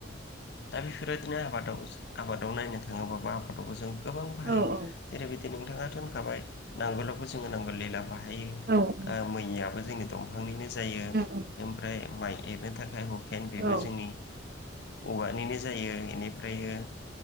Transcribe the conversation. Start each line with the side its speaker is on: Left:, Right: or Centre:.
Left: बेफोरदिनो आबादाव आबादाव नायनो थाङोबाबो आबादावबो जों गोबां बाहायो।
Right: औ औ
Left: नोंथाङाथ' होनखाबाय नांगोलावबो जोङो नांगललिला बाहायो।
Right: औ उम
Left: मैयाबो जोंनि दंफांनिनो जायो
Right: उम उम
Left: ओमफ्राय माइ एरनो थाखाय खेन बेबो
Right: औ
Left: जोंनि औवानिनो जायो। इनिफ्रायो